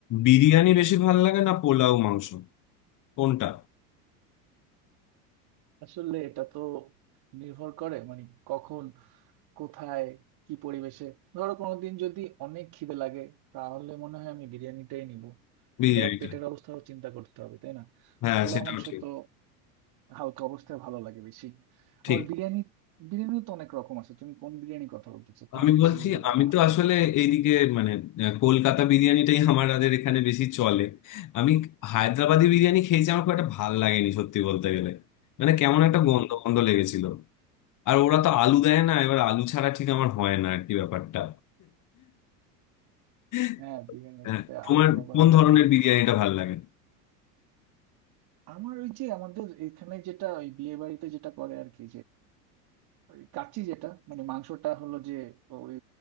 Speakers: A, on the left (about 40°); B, on the right (about 50°).
A: বিরিয়ানি বেশি ভাল লাগে না পোলাও মাংস কোনটা
B: আসলে এটা তো নির্ভর করে মানে কখন কোথায় কি পরিবেশে ধরো কোনোদিন যদি অনেক খিদে লাগে তাহলে মনে হয় আমি বিরিয়ানিটাই নিব কিন্তু
A: বিরিয়ানিটা
B: আবার পেটের অবস্থাও চিন্তা করতে হবে তাই না
A: হ্যাঁ
B: পোলাও
A: সেটাও
B: মাংস
A: ঠিক
B: তো হালকা অবস্থায় ভালো লাগে বেশি
A: ঠিক
B: আবার বিরিয়ানি বিরিয়ানিও তো অনেক রকম আছে তুমি কোন বিরিয়ানি কথা বলতেছো কাচ্চি
A: আমি বলছি
B: বা
A: আমি তো আসলে এইদিকে মানে আহ, কলকাতা বিরিয়ানিটাই আমাদের এখানে বেশি চলে আমি হায়দ্রাবাদি বিরিয়ানি খেয়েছি আমার খুব একটা ভাল লাগেনি সত্যি বলতে গেলে মানে কেমন একটা
B: হুম,
A: গন্ধ
B: হুম।
A: গন্ধ লেগেছিল আর ওরা তো আলু দেয় না এবার আলু ছাড়া ঠিক আমার হয় না আর কি ব্যাপারটা <laughs>
B: হ্যাঁ বিরিয়ানিতে
A: হ্যাঁ, তোমার
B: আলু আবার
A: কোন
B: অনেকে
A: ধরনের
B: খুব
A: বিরিয়ানিটা ভাল লাগে
B: আমার ওই যে আমাদের এখানে যেটা ওই বিয়ে বাড়িতে যেটা করে আর কি ওই কাচ্চি যেটা মানে মাংসটা হলো যে ওই